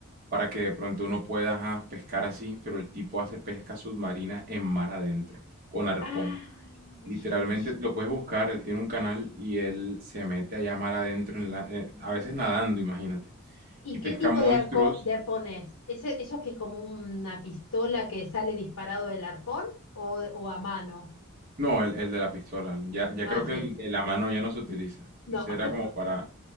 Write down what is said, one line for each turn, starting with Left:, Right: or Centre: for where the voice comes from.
Right: para que de pronto uno pueda ajá, pescar así, pero el tipo hace pesca submarina en mar adentro, con arpón.
Left: Ay,
Right: Literalmente lo puedes buscar, él tiene un canal y él se mete allá mar adentro, en la- eh, a veces nadando, imagínate,
Left: ¿Y
Right: y pesca
Left: qué tipo
Right: monstruos
Left: de arco, de arpón es? ¿Ese, esos que es como una pistola que sale disparado del arpón o, o a mano?
Right: No, el, el de la pistola. Ya, ya
Left: Ah,
Right: creo
Left: sí.
Right: que el de la mano ya no se utiliza.
Left: No.
Right: Ese era como para,